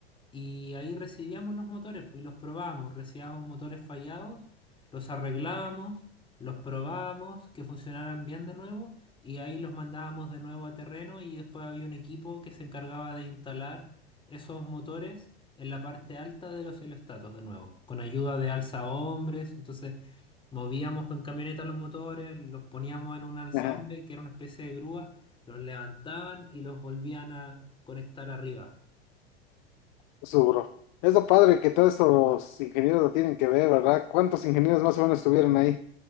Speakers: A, on the left (about 15°); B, on the left (about 45°).
A: Y ahí recibíamos los motores pues, y los probábamos. Recibíamos motores fallados, los arreglábamos, los probábamos, que funcionaran bien de nuevo y ahí los mandábamos de nuevo a terreno y después había un equipo que se encargaba de instalar esos motores en la parte alta de los heliostatos de nuevo, con ayuda de alza hombres. Entonces movíamos con camioneta los motores, los poníamos en un alza
B: <laughs>
A: hombre que era una especie de grúa, los levantaban y los volvían a conectar arriba.
B: Eso, bro. Es lo padre que todos estos ingenieros lo tienen que ver, ¿verdad? ¿Cuántos ingenieros más o menos estuvieron ahí?